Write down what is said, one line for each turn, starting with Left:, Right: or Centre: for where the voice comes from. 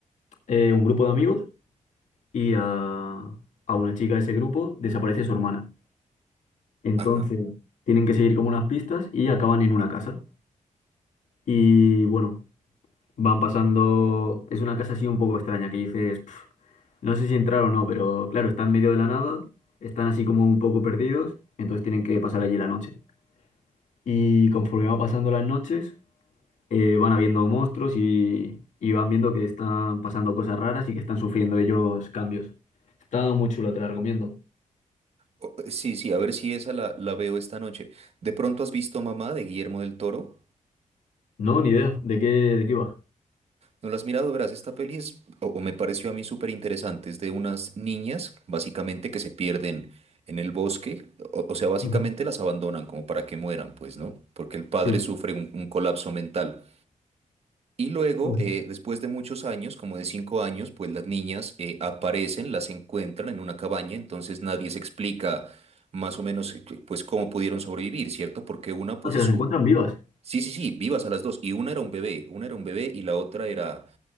Left: eh, un grupo de amigos y a, a una chica de ese grupo desaparece su hermana. Entonces
Right: Ajá.
Left: tienen que seguir como unas pistas y acaban en una casa. Y bueno. Van pasando. Es una casa así un poco extraña que dices, "Pf, no sé si entrar o no, pero claro, están en medio de la nada, están así como un poco perdidos, entonces tienen que pasar allí la noche. Y conforme va pasando las noches, eh, van habiendo monstruos y, y van viendo que están pasando cosas raras y que están sufriendo ellos cambios. Está muy chulo, te la recomiendo.
Right: O- eh, Sí, sí, a ver si esa la, la veo esta noche. ¿De pronto has visto Mamá de Guillermo del Toro?
Left: No, ni idea de qué, de qué va.
Right: No la has mirado, verás, esta peli es, o, o me pareció a mí súper interesante, es de unas niñas, básicamente, que se pierden en el bosque, o, o sea, básicamente
Left: Ujú,
Right: las abandonan como para que mueran, pues, ¿no? Porque el padre
Left: Sí.
Right: sufre un, un colapso mental. Y luego,
Left: ujú,
Right: eh, después de muchos años, como de cinco años, pues las niñas eh, aparecen, las encuentran en una cabaña, entonces nadie se explica más o menos, eh, pues, cómo pudieron sobrevivir, ¿cierto? Porque una, pues,
Left: Ah, se
Right: es...
Left: las
Right: su-
Left: encuentran vivas.
Right: Sí, sí, sí, vivas a las dos, y una era un bebé, una era un bebé y la otra era